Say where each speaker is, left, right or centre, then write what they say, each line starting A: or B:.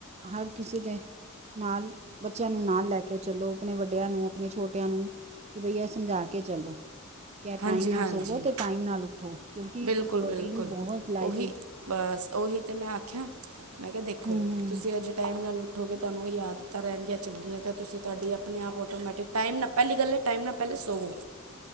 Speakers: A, on the right; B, on the right.
A: ਹਰ ਕਿਸੇ ਦੇ ਨਾਲ ਬੱਚਿਆਂ ਨੂੰ ਨਾਲ ਲੈ ਕੇ ਚੱਲੋ, ਆਪਣੇ ਵੱਡਿਆਂ ਨੂੰ, ਆਪਣੇ ਛੋਟਿਆਂ ਨੂੰ। ਕੀ ਬਈ ਏ ਸਮਝਾ ਕੇ ਚਲੋ। ਕਿ
B: ਹਾਂਜੀ
A: ਟਾਈਮ ਨਾਲ
B: ਹਾਂਜੀ
A: ਸੋਵੋਂ ਤੇ ਟਾਈਮ ਨਾਲ ਉਠੋ। ਕਿਉਂਕਿ
B: ਬਿਲਕੁਲ
A: ਇੱਕ ਰੋਟੀਨ
B: ਬਿਲਕੁਲ
A: ਬਹੁਤ ਲਾਈ
B: ਉਹੀ ਬਸ ਔਹੀ ਤੇ ਮੈਂ ਆਖਿਆ ਮੈਂ ਕਿਹਾ ਦੇਖੋ
A: ਹੂੰ ਹੂੰ
B: ਤੁਸੀਂ ਅੱਜ ਟਾਈਮ ਨਲ ਉਠੋਗੇ ਤਾਂ ਓਹੀ ਆਦਤਾਂ ਰੈਣ ਗਿਆ ਚੰਗੀਆਂ ਯਾ ਤੁਸੀਂ ਤੁਹਾਡੀ ਆਪਣੇ ਆਪ ਆਟੋਮੈਟਿਕ ਟਾਈਮ ਨਾ ਪਹਿਲੀ ਗੱਲ ਟਾਈਮ ਨਾਲ ਪਹਿਲਾ ਸੋਵੋਂ।